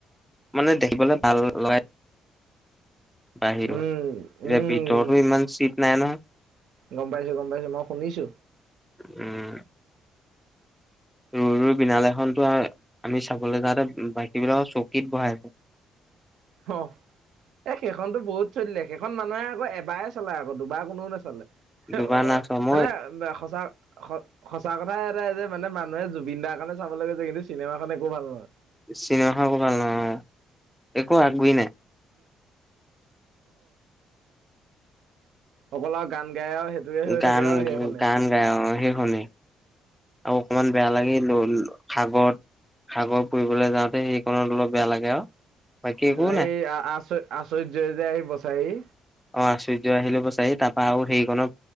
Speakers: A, in the centre; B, on the right.
A: মানে দেখিবলে ভাল লগাই। বাহিৰত
B: উম উম
A: এতিয়া ভিতৰটো ইমান চিট নাই নহয়।
B: গম পাইছো গম পাইছো মই শুনিছো।
A: উম ৰৈ ৰৈ বিনালেখন ত আৰ আমি চাবলৈ যাওঁতে বাকীবিলাক চকীত বহাই আছে।
B: হ এ সেইখনতো বহুত চলিলে সেইখন মানুহে আকৌ এবাৰে চলায় আকৌ দুবাৰ কোনেও নেচালে।
A: দুবাৰ
B: অ
A: নাইচোৱা মই
B: মানে সঁচা। সঁচা কথাই এটাই যে মানে মানুহে জুবিন দাৰ কাৰণে চাবলৈ গৈছে কিন্তু চিনেমাখন একো ভাল নহয়।
A: চিনেমাখন একো ভাল নহয় অ, একো আগ গুই নাই।
B: অকল আও গান। গাই আৰু সেইটোকে হৈ
A: গান
B: থাকে আৰু সেইখনে
A: গান
B: আও।
A: গাই অ সেই শুনি আৰু অকমান বেয়া লাগিল সাগৰত। সাগৰত ফুৰিবলৈ যাওঁতে সেইখনণত অলপ বেয়া লাগে আৰু। বাকী একো
B: এই
A: নাই
B: আচ আচ্চৰ্য যে আহি বচায়হি।
A: অ আচ্চুৰ্য আহিলো বচাহি তাৰপা আৰু হেৰি ক নো